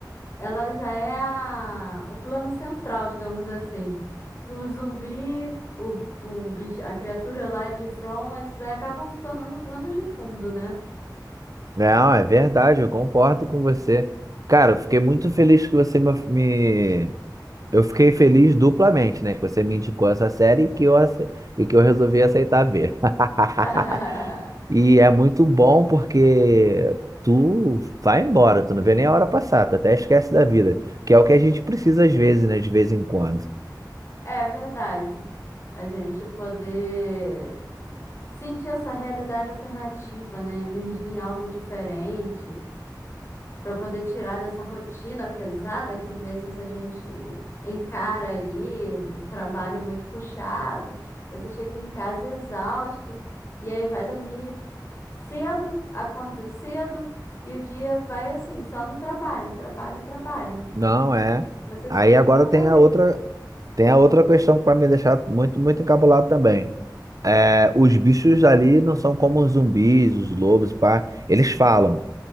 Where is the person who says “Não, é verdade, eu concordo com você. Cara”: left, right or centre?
Right